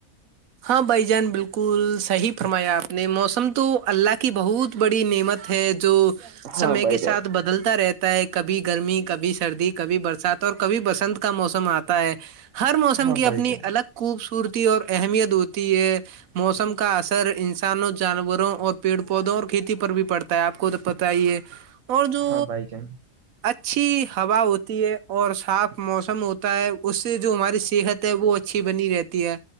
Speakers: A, on the right (about 85°); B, on the right (about 65°).
A: ہاں بھائی جان بلکل صحیح فرمایا آپ نے موسم تو اللہ کی بہت بڑی نعمت ہے جو
B: ہاں
A: سمے
B: بھائی
A: کے
B: جان
A: ساتھ بدلتا رہتا تا ہے کبھی گرمی کبھی سردی کبھی برسات اور کبھی بسنت کا موسم آتا ہے ہر موسم
B: ہاں
A: کی
B: بھائی
A: اپنی
B: جان
A: الگ خوبصورتی اور اہمیت ہوتی ہے موسم کا اثر انسانوں جانوروں اور پیڑ پودوں اور کھیتی پر بھی پڑتا آپ کو تو پا ہی ہے اور جو
B: ہاں بھائی جان
A: اچھی ہوا ہوتی تی ہے اور صاف موسم ہوتا ہے اس سے جو ہماری صحت ہے وہ اچھی بنی رہتی ہے